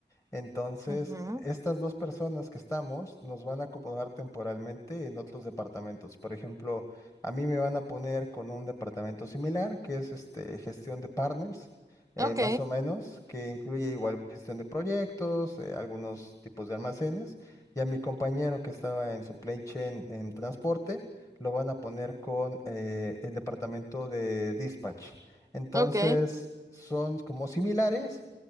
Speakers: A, on the left; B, on the right.
A: Entonces,
B: ujú,
A: estas dos personas que estamos nos van a acomodar temporalmente en otros departamentos. Por ejemplo, a mí me van a poner con un departamento similar, que es este, gestión de partners, eh,
B: Ok,
A: más o menos, que incluye igual gestión de proyectos, eh, algunos tipos de almacenes. Y a mi compañero que estaba en supply chain en transporte, lo van a poner con eh, el departamento de dispatch. Entonces,
B: ok.
A: son como similares